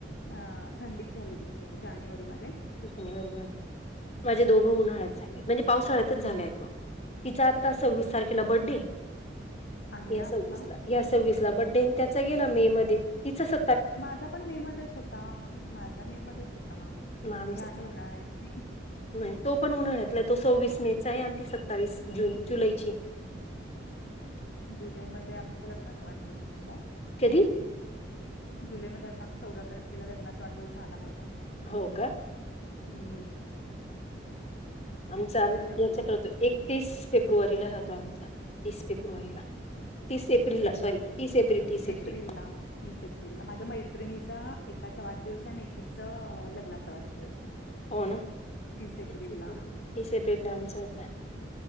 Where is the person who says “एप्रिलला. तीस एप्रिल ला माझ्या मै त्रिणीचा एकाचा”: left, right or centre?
Left